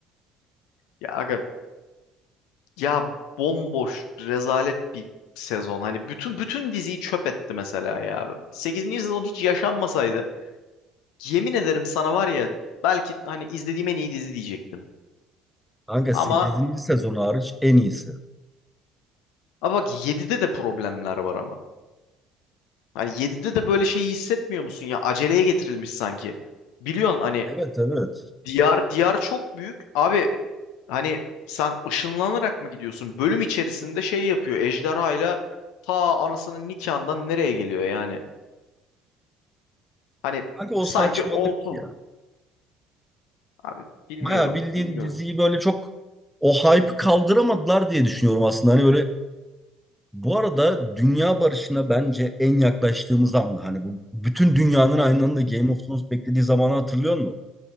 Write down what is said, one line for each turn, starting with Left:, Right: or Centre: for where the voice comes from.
Left: Ya aga ya bomboş rezalet bir sezon. Hani bütün bütün diziyi çöp etti mesela ya. sekizinci sezon hiç yaşanmasaydı yemin ederim sana var ya belki hani izlediğim en iyi dizi diyecektim.
Centre: Kanka
Left: Ama
Centre: 8. sezon hariç en iyisi.
Left: ama bak yedide de problemler var ama. Hani yedide de böyle şeyi hissetmiyor musun ya? Aceleye getirilmiş sanki. Biliyorsun hani
Centre: Evet evet.
Left: diyar diyar çok büyük. Abi hani sen ışınlanarak mı gidiyorsun? Bölüm içerisinde şey yapıyor. Ejderhayla ta anasının nikahından nereye geliyor yani? Hani
Centre: Kanka o
Left: sanki
Centre: saçmalık
Left: olsun.
Centre: ya.
Left: Abi bilmiyorum,
Centre: Baya bildiğin
Left: bilmiyorum.
Centre: diziyi böyle çok o hype'ı kaldıramadılar diye düşünüyorum aslında. Hani böyle bu arada dünya barışına bence en yaklaştığımız anda hani bu bütün dünyanın aynı anda Game of Thrones beklediği zamanı hatırlıyor musun?